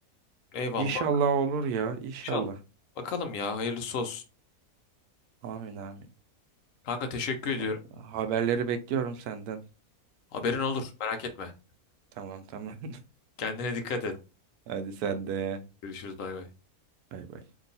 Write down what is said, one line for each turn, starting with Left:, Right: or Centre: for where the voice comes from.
Left: Eyvallah.
Right: İnşallah olur ya, inşallah.
Left: İnşallah. Bakalım ya. Hayırlısı olsun.
Right: Amin amin.
Left: Kanka teşekkür ediyorum.
Right: Vallahi haberleri bekliyorum senden.
Left: Haberin olur. Merak etme.
Right: Tamam tamam. <laughs>
Left: Kendine dikkat et.
Right: Hadi sen de.
Left: Görüşürüz. Bay bay.
Right: Bay bay.